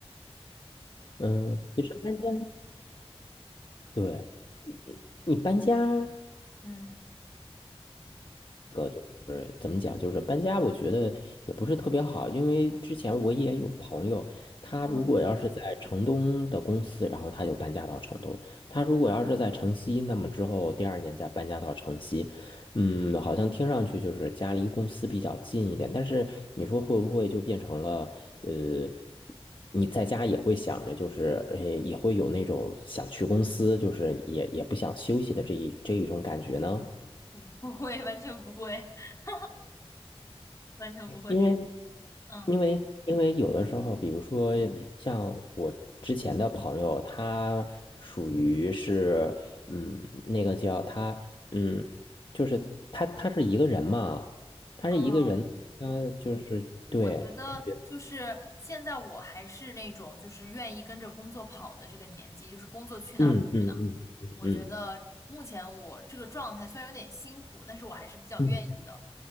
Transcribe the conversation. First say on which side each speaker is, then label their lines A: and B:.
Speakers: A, on the left; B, on the left.
A: 嗯，其实搬家，对你搬家，
B: 嗯
A: 个就是怎么讲，就是搬家，我觉得也不是特别好，因为之前我也有朋友，他如果要是在城东的公司，
B: 嗯
A: 然后他就搬家到城东；他如果要是在城西，那么之后第二年再搬家到城西。嗯，好像听上去就是家离公司比较近一点，但是你说会不会就变成了呃？你在家也会想着，就是呃也会有那种想去公司，就是也也不想休息的这一这一种感觉呢？
B: 我不会，完全不会，<laughs> 完全不会。
A: 因为
B: 嗯。
A: 因为因为有的时候，比如说像我之前的朋友，他属于是，嗯，那个叫他，嗯，就是他他是一个人嘛，他是一个人，
B: 嗯我
A: 他就是对，
B: 我觉得就是现在我还是那种就是愿意跟着工作跑的这个年纪，
A: 他觉得，
B: 就是工作去哪儿我去哪儿。
A: 嗯嗯嗯嗯
B: 我觉得目前我这个状态虽然有点辛苦，但是我还是比较愿意的。
A: 嗯